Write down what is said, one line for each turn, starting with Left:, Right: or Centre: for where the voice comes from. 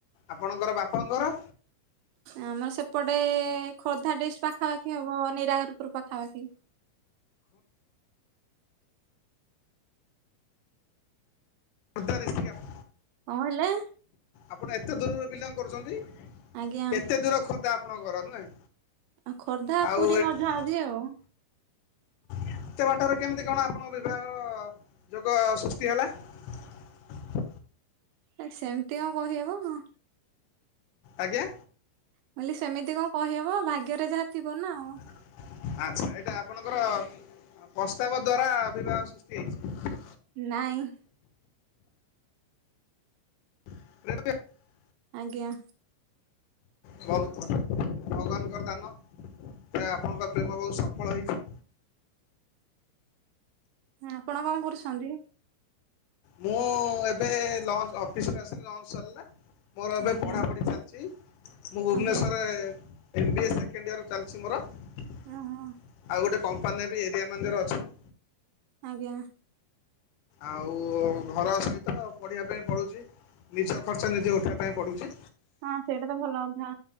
Left: ଆପଣଙ୍କର ବାପଙ୍କ ଘର?
Right: ଆମର ସେପଟେଏ-ଏ-ଏ ଖୋର୍ଦ୍ଧା ଡିଷ୍ଟ ପାଖାପାଖି ହବ ନିରାକାର ପୁର ପାଖାପାଖି
Left: ଖୋର୍ଦ୍ଧା ଡିଷ୍ଟିକ୍ ଆପ୍
Right: କଣ ହେଲା?
Left: ଆପଣ ଏତେ ଦୂରରୁ ବିଲଙ୍ଗ୍ କରୁଛନ୍ତି,
Right: ଆଜ୍ଞା
Left: ଏତେ ଦୂର ଖୋର୍ଦ୍ଧା ଆପଣଙ୍କ ଘର ନୁହେଁ?
Right: ଆଉ ଖୋର୍ଦ୍ଧା
Left: ଆଉ
Right: ପୁରୀ
Left: ଏତେ
Right: ମଝା ମଝି ଆଉ।
Left: ଏତେ ବାଟରେ କେମିତି କଣ ଆପଣଙ୍କ ବିଭାଗର ଯୋଗ ସୃଷ୍ଟି ହେଲା? <inaudible>
Right: ନାଇଁ ସେମିତି ଆଉ କହିହେବ କଣ।
Left: ଆଜ୍ଞା?
Right: ମୁଁ କହିଲି ସେମିତି କଣ କହିହବ ଭାଗ୍ୟରେ ଯାହା ଥିବ ନା। ଆଉ।
Left: ହଁ ଆଚ୍ଛା ଏଇଟା ଆପଣଙ୍କର ପସ୍ତାବ ଦ୍ଵାରା ବିବାହ ସୃଷ୍ଟି ହେଇଛି?
Right: ନାଇଁ।
Left: <inaudible>
Right: ଆଜ୍ଞା।
Left: ଭଲ ଭଗବାନଙ୍କର ଦାନ ଆପଣଙ୍କ ପ୍ରେମ ବହୁତ ସଫଳ ହେଇଛି।
Right: ଆପଣ କଣ କରୁଛନ୍ତି?
Left: ମୁଁ ଏବେ ଲଞ୍ଚ, ଅଫିସରୁୁ ଆସିଲି ଲଞ୍ଚ ସରିଲା। ମୋର ଏବେ
Right: ଆଜ୍ଞା
Left: ପଢ଼ାପଢ଼ି ଚାଲିଛି ମୁଁ ଭୁବନେଶ୍ୱରରେ
Right: ଆଜ୍ଞା
Left: M B A second year ଚାଲିଛି ମୋର ଆଉ
Right: ଓହୋ
Left: ଗୋଟେ କମ୍ପାନୀରେ ବି ଏରିଆ ମ୍ୟାନେଜର ଅଛି ମୁଁ।
Right: ଆଜ୍ଞା।
Left: ଆଉ ଘର ସହିତ ପଢିବା ପାଇଁ ପଡୁଛି। ନିଜ ଖର୍ଚ୍ଚ ନିଜେ ଉଠେଇବା ପାଇଁ ପଡୁଛି।
Right: ହଁ ସେଇଟା ତ ଭଲ କଥା।